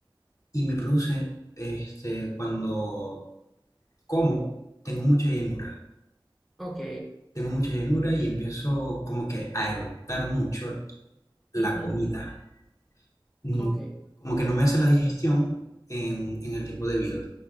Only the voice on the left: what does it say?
y me produce, este, cuando como tengo mucha llenura,
tengo mucha llenura y empiezo como que a eructar mucho la
comida. Mm,
Como que no me hace la digestión en, en el tiempo debido.